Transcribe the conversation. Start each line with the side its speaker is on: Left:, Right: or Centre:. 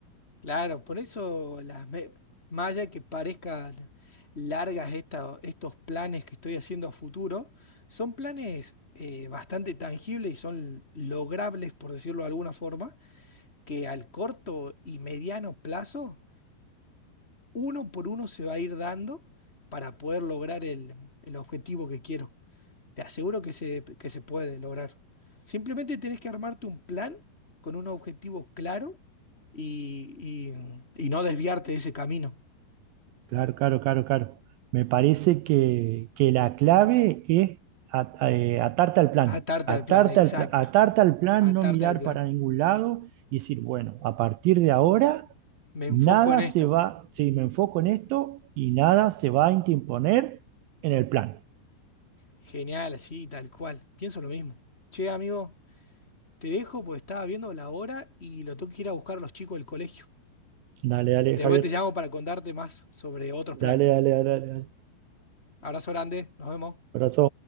Left: Claro, por eso las me- más allá de que parezcan largas esta- estos planes que estoy haciendo a futuro, son planes eh, bastante tangibles y son logrables, por decirlo de alguna forma, que al corto y mediano plazo, uno por uno se va a ir dando para poder lograr el el objetivo que quiero. Te aseguro que se, que se puede lograr. Simplemente tenés que armarte un plan con un objetivo claro y, y- y no desviarte de ese camino.
Right: Claro, claro, claro, claro. Me parece que, que la clave es a- a- eh, atarte al plan.
Left: Atarte
Right: Atarte
Left: al plan, exacto.
Right: al, pla- atarte al plan,
Left: Atarte
Right: no mirar
Left: al plan.
Right: para ningún lado y decir, bueno, a partir de ahora
Left: Me enfoco
Right: Nada
Left: en esto.
Right: se va, si me enfoco en esto y nada se va a interponer en el plan.
Left: Genial, así, tal cual. Pienso lo mismo. Che, amigo, te dejo porque estaba viendo la hora y lo tengo que ir a buscar a los chicos del colegio.
Right: Dale, dale,
Left: Después
Right: Javier.
Left: te llamo para contarte más sobre otros
Right: Dale,
Left: planes.
Right: dale, dale, dale. dale.
Left: Abrazo grande, nos vemos.
Right: Abrazo.